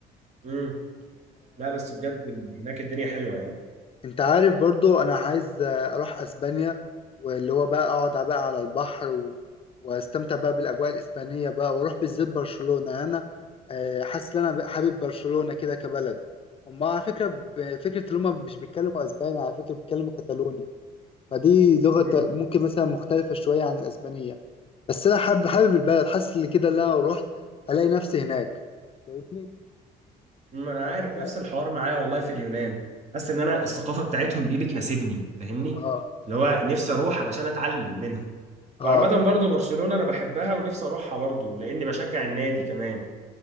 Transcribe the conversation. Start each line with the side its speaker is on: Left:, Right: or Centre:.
Right: مم. لا بس بجد هناك الدنيا حلوة يعني
Left: انت عارف برضو انا عايز آه، اروح اسبانيا واللي هو بقى اقعد بقى على البحر و... واستمتع بقى بالاجواء الاسبانيه بقى واروح بالذات برشلونه يعني انا آه، حاسس ان انا ب- حابب برشلونه كده كبلد هم على فكره ب- فكره ان هم مش بيتكلموا اسباني على فكره بيتكلموا كتالوني فدي لغه
Right: مم.
Left: ت- ممكن مثلا مختلفه شويه عن الاسبانيه بس انا حابب حابب البلد حاسس ان كده ان انا لو رحت هلاقي نفسي هناك فاهمني
Right: ما انا عارف
Left: اه
Right: نفس الحوار معايا والله في اليونان حاسس ان انا الثقافه بتاعتهم دي بتناسبني فاهمني
Left: اه,
Right: اللي هو نفسي اروح علشان اتعلم منهم
Left: آه.
Right: وعامه برضو برشلونه انا بحبها ونفسي اروحها برضو لاني بشجع النادي كمان